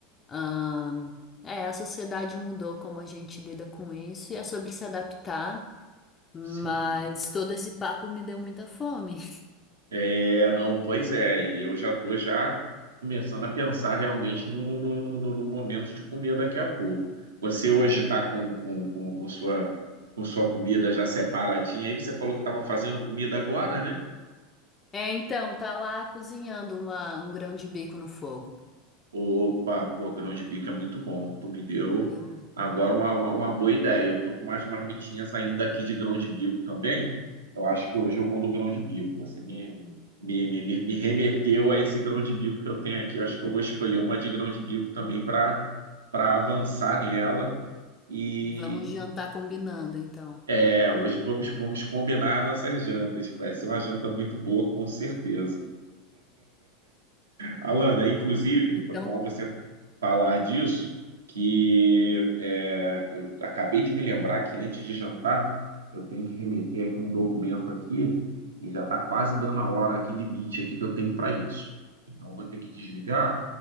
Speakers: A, on the left; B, on the right.
A: ahn, é, a sociedade mudou como a gente lida com isso e é sobre se adaptar. Mas
B: Sim.
A: todo esse papo me deu muita fome. <laughs>
B: É, não, pois é, e eu já estou já começando a pensar realmente no, no, no, no- no momento de comer daqui a pouco. Você hoje está com, com, com, com sua, com sua comida já separadinha, aí você falou que estava fazendo comida agora, né?
A: É, então, tá lá cozinhando uma, um grão de bico no fogo.
B: Opa, pô, grão de bico é muito bom. Tu me deu
A: Eu
B: agora uma, uma, uma boa ideia. Eu tô com umas marmitinhas ainda aqui de grão de bico também. Eu acho que hoje eu vou no grão de bico. Você me,
A: amo.
B: me, me, me me remeteu a esse grão de bico que eu tenho aqui. Eu acho que eu vou escolher uma de grão de bico também para para avançar nela. E
A: Vamos jantar combinando, então.
B: é, hoje vamos, vamos combinar nossas jantas, que vai ser uma janta muito boa, com certeza. Alana, inclusive,
A: Então,
B: foi bom você falar disso, que é, eu acabei de me lembrar que antes de jantar eu tenho que remeter aqui um documento aqui e já está quase dando a hora aqui limite aqui que eu tenho para isso. Então eu vou ter que desligar,